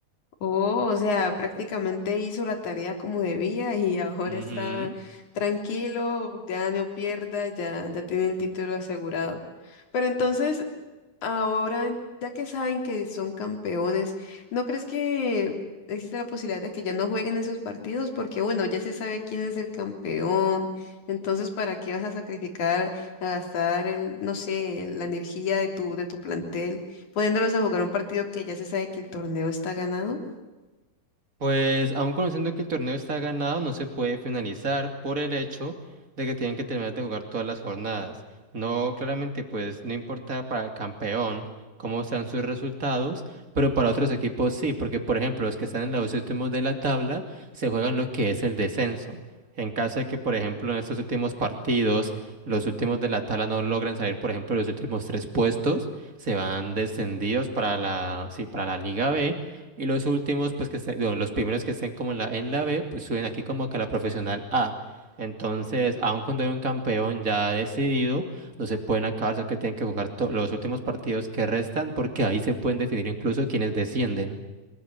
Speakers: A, on the left (about 55°); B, on the right (about 25°).
A: Oh, o sea, prácticamente hizo la tarea como debía <laughs> y ahora
B: Ujú.
A: está tranquilo, gane o pierda, ya, ya tiene el título asegurado. Pero entonces, Ahora, ya que saben que son campeones, ¿no crees que existe la posibilidad de que ya no jueguen esos partidos? Porque bueno, ya se sabe quién es el campeón, entonces ¿para qué vas a sacrificar, a gastar, el- no sé, la energía de tu, de tu plantel, poniéndolos a jugar un partido que ya se sabe que el torneo está ganado?
B: Pues aun conociendo que el torneo está ganado, no se puede finalizar por el hecho de que tienen que terminar de jugar todas las jornadas. No, claramente, pues no importa para el campeón cómo sean sus resultados, pero para otros equipos sí, porque por ejemplo los que están en los últimos de la tabla se juegan lo que es el descenso. En caso de que, por ejemplo, en estos últimos partidos, los últimos de la tabla no logren salir, por ejemplo, de los últimos tres puestos, se van descendidos para la, sí, para la Liga B y los últimos, pues que estén, bueno, los primeros que estén como en la, en la B, pues suben aquí como que a la profesional A. Entonces, aun cuando hay un campeón ya decidido, no se pueden acabar, sino que tienen que jugar to- los últimos partidos que restan, porque ahí se pueden definir incluso quienes descienden.